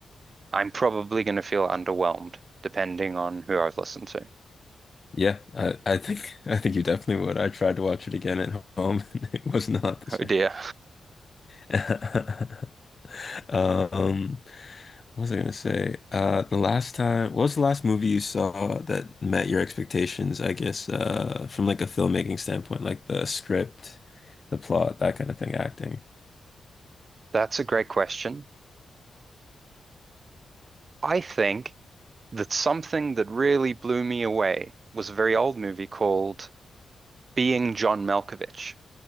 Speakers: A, on the right; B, on the left.
A: I'm probably going to feel underwhelmed depending on who I've listened to.
B: Yeah, I, I think I think you definitely would. I tried to watch it again at home <laughs> and it was not the
A: Oh
B: same.
A: dear.
B: <laughs> Um, What was I gonna say? Uh, the last time, what was the last movie you saw that met your expectations, I guess, uh, from like a filmmaking standpoint, like the script, the plot, that kind of thing, acting.
A: <laughs> That's a great question. I think that something that really blew me away was a very old movie called Being John Malkovich.